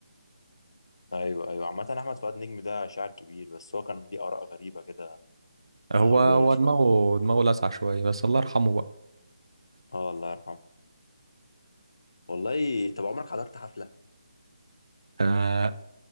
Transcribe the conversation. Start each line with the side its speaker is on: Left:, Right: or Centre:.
Left: ايوه ايوه عامه احمد فؤاد نجم ده شاعر كبير بس هو كان ليه اراء غريبه كده
Right: هو
Left: مهويه
Right: هو
Left: شويه
Right: دماغه دماغه لسع شويه بس الله يرحمه بقى
Left: اه الله يرحمه والله طب عمرك حضرت حفله
Right: آه